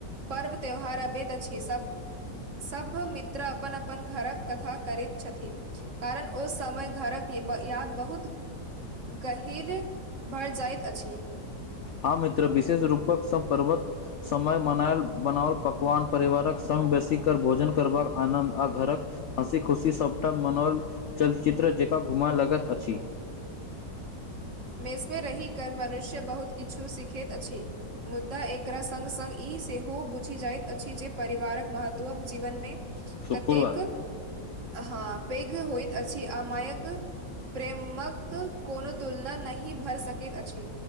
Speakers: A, on the right (about 50°); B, on the left (about 80°).
A: पर्व त्यौहार अबैत अछि सभ सभ मित्र अपन अपन घरक कथा करैत छथिन कारण ओ समय घरक याद बहुत गहीर भर जाइत अछि
B: हँ मित्र विशेष रूपक स पर्वत समय मनायल बनाओल पकवान परिवारक सभ बेसी कर भोजन करबाक आनन्द आ घरक हँसी खुशी सभटा मनोल चलचित्र जेका घुम लगत अछि
A: मेसमे रहि कर मनुष्य बहुत किछु सीखैत अछि मुद्दा एक एकरा संगग स ई सेहो बुझी जायत अछि जे परिवारक महत्व जीवन मे
B: शुक्रवारे
A: कतेक हँ पैघ होय अछि अमायक प्रेमक कोनो तुलना न भ सकैत अछि